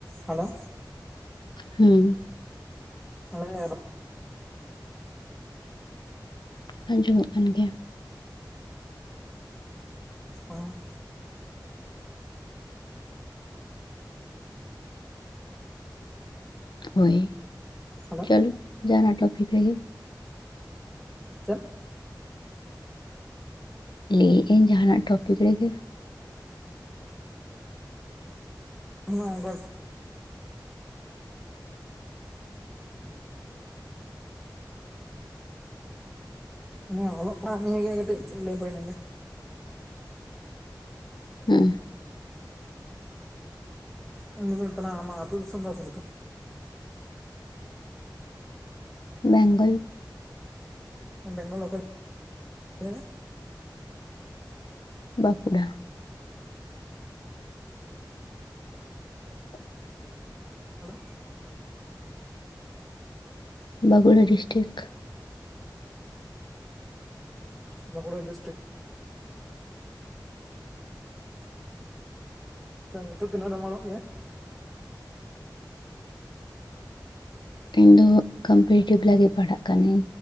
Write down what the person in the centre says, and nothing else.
ᱦᱮᱞᱳ
ᱟᱮ <unintelligible>
ᱚᱸ
ᱦᱮᱞᱳ
ᱪᱮᱫ?
ᱦᱮ ᱜ <unintelligible> ᱱᱤᱭᱟᱹ ᱚᱞᱚᱜ ᱯᱟᱲᱦᱟᱜ ᱱᱤᱭᱟᱹᱜ ᱜᱮ ᱠᱟᱹᱴᱤᱡ ᱞᱟᱹᱭ <unintelligible> ᱦᱩᱭ ᱞᱮᱝ ᱜᱮ
<unintelligible> ᱟᱢᱟᱜ ᱟᱛᱩ ᱫᱤᱥᱚᱢ ᱫᱚ ᱚᱠᱟ ᱨᱮ ᱛᱟᱢ?
ᱵᱮᱝᱜᱚᱞ ᱚᱠᱟ ᱨᱮ
Hello!
Bankura district? ᱛᱚ ᱱᱤᱛᱳ ᱛᱚᱱᱟᱹᱜ ᱨᱮᱢ ᱚᱞᱚᱜ ᱜᱮᱭᱟ?